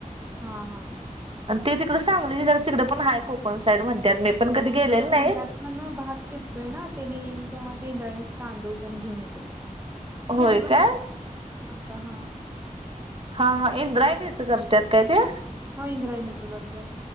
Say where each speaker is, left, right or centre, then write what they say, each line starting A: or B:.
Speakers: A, on the right (about 15°); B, on the right (about 40°).
A: हा हा
B: आणि तेी तिकडं सांगली जिडे तिकडे पण हाय कोकण साईड म्हणतात मी पण
A: हा
B: कधी गेलेलं
A: मग त्यांच्यात
B: नाही
A: भात पिकतोय ना त्यानी येईल तेव्हा ते इंद्रायणीचे तांदूळ त्यांने घेऊन येतात.
B: होय
A: जेवलो
B: काय
A: मी आत्ता हा
B: हा हा इंद्रायणीच करतात काय ते?
A: ह इंद्रायणीच करत्यात